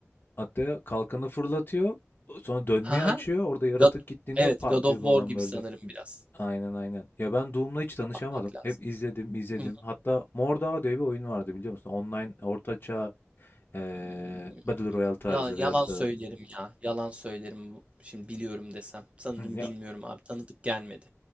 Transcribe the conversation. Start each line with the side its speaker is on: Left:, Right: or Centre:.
Left: Hatta kalkanı fırlatıyor. Sonra dönmeyi
Right: Haha.
Left: açıyor. Orada yaratık
Right: God,
Left: kilitleniyor.
Right: evet
Left: Patlıyor
Right: God of War
Left: falan
Right: gibi
Left: böyle.
Right: sanırım biraz.
Left: Aynen aynen. Ya ben Doom'la hiç tanışamadım.
Right: Bakmak lazım.
Left: Hep izledim izledim.
Right: Hı
Left: Hatta Mordhau diye bir oyun vardı biliyor musun? Online ortaçağ eee
Right: hı.
Left: Battle Royale tarzı
Right: Ya, yalan
Left: veyahut
Right: söylerim
Left: da
Right: ya. Yalan söylerim. Şimdi biliyorum desem. Sanırım
Left: Hı, ya,
Right: bilmiyorum abi. Tanıdık gelmedi.